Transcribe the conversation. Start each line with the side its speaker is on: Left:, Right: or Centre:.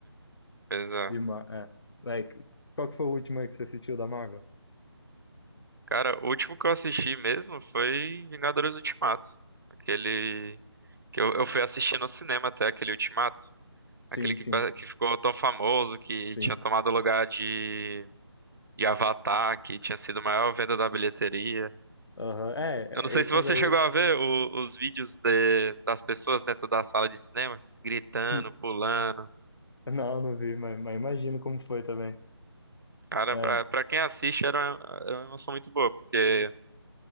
Right: Pois é.
Left: De ma é. Vai, que- qual que foi o último aí que você assistiu da Marvel?
Right: Cara, o último que eu assisti mesmo foi Vingadores Ultimato. Aquele que eu, eu fui assistir no cinema até, aquele Ultimato. Aquele
Left: Sim,
Right: que,
Left: sim,
Right: pa- que ficou tão famoso, que
Left: sim.
Right: tinha tomado o lugar de, de Avatar, que tinha sido a maior venda da bilheteria.
Left: Aham. É,
Right: Eu não sei
Left: esses
Right: se você
Left: aí.
Right: chegou a ver o- os vídeos de- das pessoas dentro da sala de cinema, gritando,
Left: <laughs>
Right: pulando.
Left: Não, não vi, mas, mas imagino como foi também.
Right: Cara,
Left: É,
Right: pra, pra quem assiste era uma, era uma emoção muito boa, porque